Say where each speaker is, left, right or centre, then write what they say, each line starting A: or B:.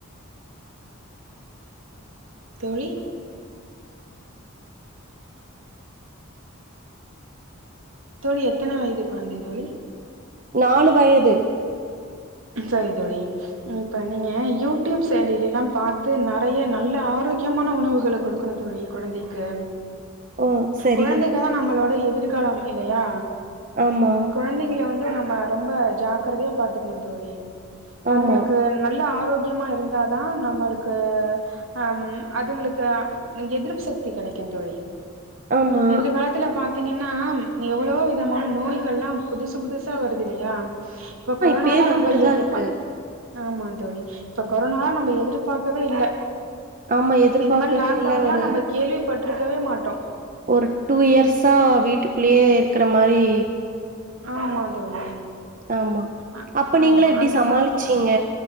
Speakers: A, on the right; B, on the right.
A: தோழி தோழி எத்தனை வயது குழந்தை தோழி
B: நாலு வயது
A: சரி தோழி ம் இப்ப நீங்க யூடியூப் செயலில எல்லா பார்த்து நறைய நல்ல ஆரோக்கியமான உணவுகள கொடுக்கணும் தோழி குழந்தைக்கு.
B: ம் சரி
A: குழந்தைகல நம்மளோட. இ திர்காலம் மைலயா
B: ஆமா
A: குழந்தைங்கள வந் து நம்ப ரொம்ப ஜாக்கிரதையா பார்த்துக் ம் தோழி
B: ஆமா
A: அதுங்களுக்கு நல்ல ஆரோக் முக்கியமா இருந்தாதா நம்பளுக்கு அம் அதுங்களுக்கு எதிர்ப்பு சக்தி கிடைக்கும் தோழி.
B: ஆமா
A: எதிர்காலத்துல பாத் திங்கன்னா எவ்ளோ விதமான நோய்கள்லா புதுசு புதுசா வருது இல்லையா இப்ப கொரோனாலா
B: ப்பே வந்துட்டு
A: நம்ம
B: தா
A: எதிர்ப்பா
B: இருக்கு
A: ஆமா தோழி இப்ப கொரோனா நம்ப எதிர்பாக்கவே இல்ல.
B: ஆமா எதிர்பாக்கவ
A: இது மாரி லாக்டவுன்லா
B: இல்ல ஒரு
A: நம்ம கேள்விப்பட்டிருக்கவே மாட்டோ
B: ஒரு டூ இயர்ஸா வீட்டுக் குள்ளயே இருக்கற மாரி
A: ஆமா தோழி
B: ஆமா
A: அ
B: அப்ப நீங்கள
A: ஆமா
B: எப்டி
A: அந்த
B: சமாளிச்சீங்க
A: மாரி